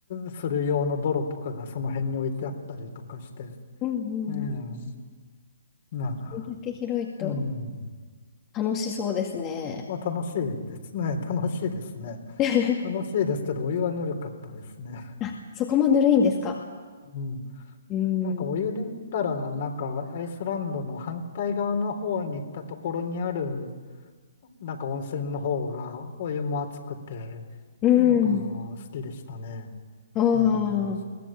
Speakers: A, on the left; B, on the left.
A: する用の泥とかがその辺に置いてあったりとかして、
B: うんうんうん、
A: うん、
B: こ
A: なんか、
B: れだけ広いと
A: うん、
B: 楽しそうですね。
A: まあ楽しいですね。楽しいですね。
B: <laughs>
A: 楽しいですけど、お湯はぬるかったですね。
B: あ、そこもぬるいんですか。
A: うん。
B: うん。
A: なんかお湯で行ったら、なんかアイスランドの反対側の方に行ったところにある、なんか温泉の方がお湯も熱くて、
B: うん。
A: なんか好きでしたね。
B: ああ、
A: うん。